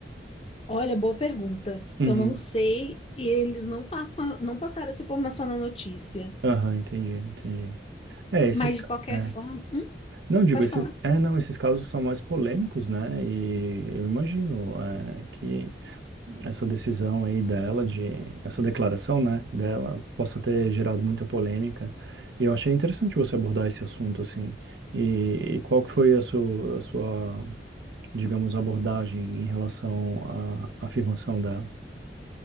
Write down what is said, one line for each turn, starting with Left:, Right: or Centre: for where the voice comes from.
Left: olha, boa pergunta.
Right: Uhum.
Left: Eu não sei, e eles não passam, não passaram essa informação na notícia.
Right: Aham, entendi, entendi. É, esses.
Left: Mas
Right: ca-
Left: de qualquer
Right: É.
Left: forma, Hum,
Right: Não, digo,
Left: pode
Right: esses,
Left: falar.
Right: é, não, esses casos são mais polêmicos, né? E eu imagino, é, que. essa decisão aí dela, de essa declaração, né, dela, possa ter gerado muita polêmica. E eu achei interessante você abordar esse assunto assim. E, e qual que foi a sua, a sua, digamos, abordagem em relação à afirmação dela?